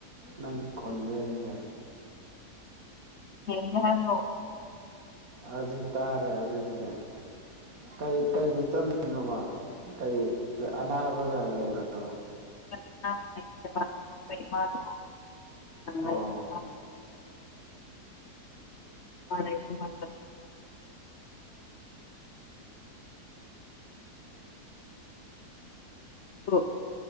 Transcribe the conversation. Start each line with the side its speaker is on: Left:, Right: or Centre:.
Right: ꯅꯪ ꯈꯣꯟꯖꯦꯅꯁꯦ
Left: ꯍ ꯌꯥꯍꯥꯟ
Right: ꯑꯁꯤꯖꯤꯛ ꯇꯥꯔꯦ ꯑꯁꯤꯖꯤꯕꯨꯗꯤ ꯀꯩ ꯀꯩꯒꯤ ꯆꯠꯂꯤꯨꯅꯣꯕ ꯀ ꯑꯅꯥꯕꯒ ꯂꯩꯕ꯭ꯔꯥ <inaudible> <inaudible>
Left: ꯑꯅꯥꯕ ꯂꯩꯌꯦꯕ ꯑꯩꯈꯣꯏ ꯏꯃꯥꯗꯣ ꯉꯥꯏꯕ
Right: ꯑꯣ
Left: ꯑ ꯍꯔꯄ ꯍ